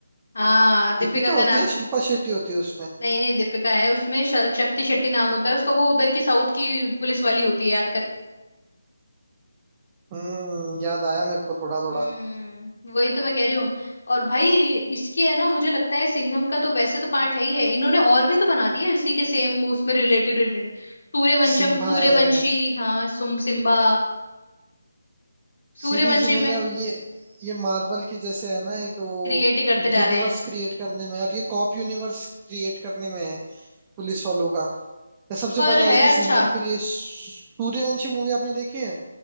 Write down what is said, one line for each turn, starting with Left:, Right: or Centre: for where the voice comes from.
Left: हाँ दीपिका
Right: दीपिका
Left: का
Right: होती
Left: नाम
Right: है शिल्पा शेट्टी होती है उसमें
Left: नहीं नहीं दीपिका है उसमें श- शक्ति शेट्टी नाम होता है उसका वो उधर की साउथ की पुलिस वाली होती है याद
Right: हम्म याद आया मेरे को थोड़ा थोड़ा
Left: हम्म वही तो मैं कह रही हूँ और भाई इसकी है ना मुझे लगता है सिंघम का तो वैसे तो पार्ट है ही है इन्होंने और भी तो बना दिए इसी के सेम उसमें रिलेटेड रिलेटेड सूर्यवंशम
Right: सिम्बा
Left: सूर्यवंशी
Right: है
Left: हाँ सुम सिम्बा सूर्यवंशी
Right: सीरीज इन्होंने
Left: में
Right: अब ये ये मार्वल की जैसे है ना एक वो
Left: क्रिएट ही करते जा
Right: यूनिवर्स
Left: रहे हैं
Right: क्रिएट करने में और ये कॉप यूनिवर्स क्रिएट करने में है पुलिस वालों का सबसे
Left: पर
Right: पहले आई
Left: है
Right: थी
Left: अच्छा
Right: सिंघम फिर ये सूर्यवंशी मूवी आपने देखी है